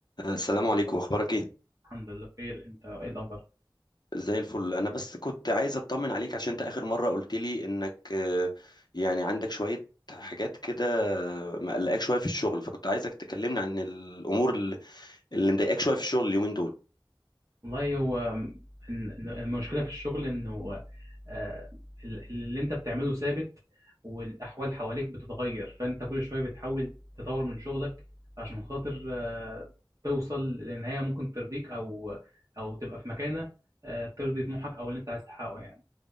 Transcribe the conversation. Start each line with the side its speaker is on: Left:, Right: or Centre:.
Left: السلام عليكم اخبارك ايه
Right: الحمد لله بخير انت ايه الاخبار
Left: زي الفل انا بس كنت عايز اطمن عليك عشان انت اخر مره قلت لي انك آه، يعني عندك شويه حاجات كده مقلقاك شويه في الشغل فكنت عايزك تكلمني عن الامور اللي اللي مضايقاك شويه في الشغل اليومين دول
Right: والله هو م- إن- إن المشكله في الشغل انه آه، ال- اللي انت بتعمله ثابت والاحوال حواليك بتتغير فانت كل شويه بتحاول تطور من شغلك عشان خاطر آه، توصل لنهايه ممكن ترضيك او او تبقى في مكانه آه، ترضي طموحك او اللي انت عايز تحققه يعني